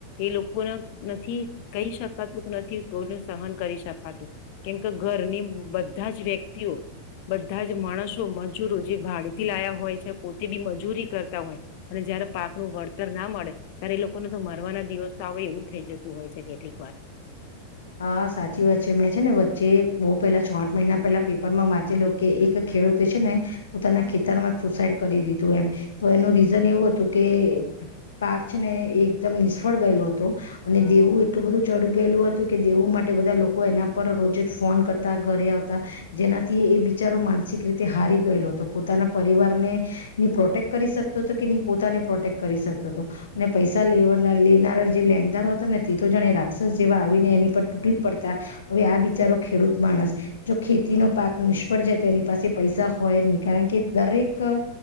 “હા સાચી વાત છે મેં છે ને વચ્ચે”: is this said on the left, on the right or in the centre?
Left